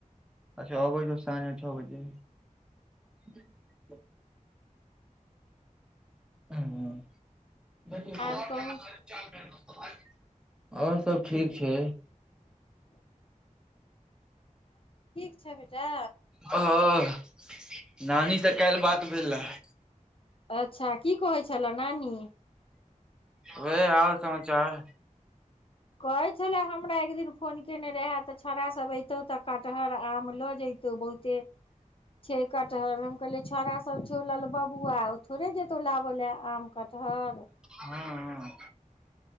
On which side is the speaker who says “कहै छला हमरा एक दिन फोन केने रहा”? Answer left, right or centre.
Left